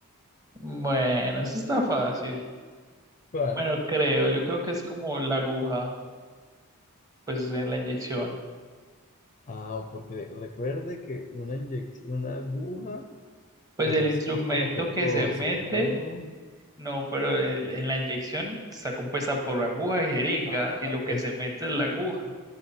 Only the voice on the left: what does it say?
¿Cuál?
Ah, porque recuerde que una inyec- una aguja,
pues
es,
es con lo que
cosen,
¿no?
Ah,
pues